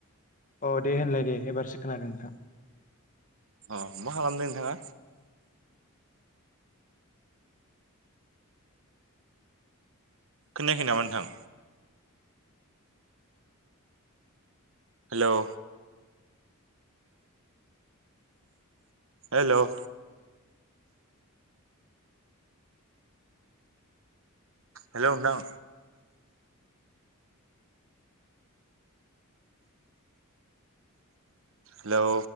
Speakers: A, on the left; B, on the right.
A: अ दे होनलाय दे एबारसो खोनादों नोंथां।
B: अ मा खालामदों नोंथाङा। खोनायाखै नामा नोंथां। हेलौ हेलौ हेलौ नोंथां। हेलौ